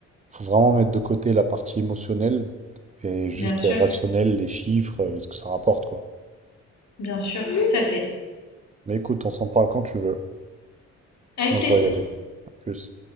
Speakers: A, on the right; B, on the left.
A: faut vraiment mettre de côté la partie émotionnelle et juste
B: Bien sûr,
A: euh, rationnelle, les chiffres, euh, et ce que ça rapporte, quoi.
B: bien sûr, tout à fait.
A: Mais écoute, on s'en parle quand tu veux.
B: Avec
A: Moi,
B: plaisir.
A: je dois y aller. À Plus.